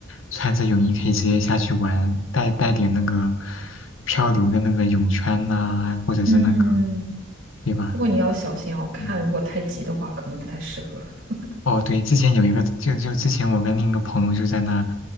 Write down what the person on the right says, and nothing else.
嗯，
不过你要小心哦，看如果太急的话，
可能不太适合。<laughs>